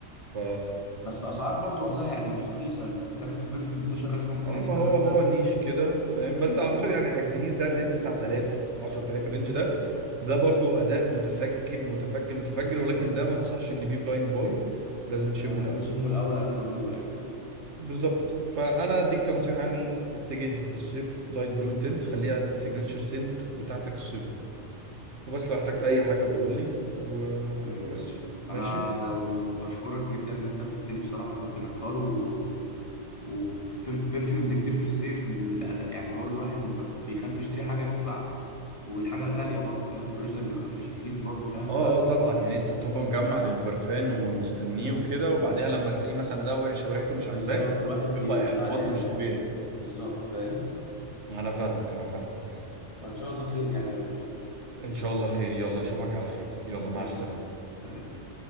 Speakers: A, on the right (about 70°); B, on the left (about 30°).
A: ف
B: بس اسعار برضو والله يعني مش رخيصه انت بتتكلم في بيرفيوم ب 12000 ممكن
A: اما
B: اجيب بدله
A: هو هو
B: تلات
A: النيش كده فاهم بس
B: امم
A: اعتقد يعني اجدنيس ده اللي ب 9000 10000 الرينج ده ده برضو اداء متفجر متفجر متفجر ولكن ده ما انصحش ان بيه بلايند بوي لازم تشمه
B: هو لازم
A: الاول
B: اشمه الاول قبل ما اجيبه يعني
A: بالظبط فانا اديك كنصيحه يعني اتجه للصيف لايت بلو انتنس خليها السيجنتشر سنت بتاعتك الصيف ده وبس لو احتجت اي حاجه بقول لي و...
B: تمام
A: وبس
B: يا باشا انا
A: ماشي
B: بشكرك جدا ان انت فدتني بصراحه كنت محتار و وبرفيومز كتير في الصيف م- الأد- يعني برضو الواحد م- بيخاف يشتري حاجه تطلع والحاجه غاليه برضو فاهم الاوريجينال بيبقى مش رخيص برضو فاهم
A: اه اه طبعا يعني انت بتبقى مجمع للبرفان ومستنيه وكده وبعديها لما تلاقيه مثلا اداء وحش او ريحته مش
B: بالظبط
A: عاجباك
B: الواحد بيبقى
A: يبقى احباط
B: زعلان
A: مش
B: يعني
A: طبيعي
B: بالظبط فاهم
A: انا فاهمك انا فاهمك
B: فإن شاء الله خير يعني يا باشا
A: ان شاء الله خير يلا اشوفك على خير يلا
B: ماشي
A: مع السلامة
B: يا حبيبي سلام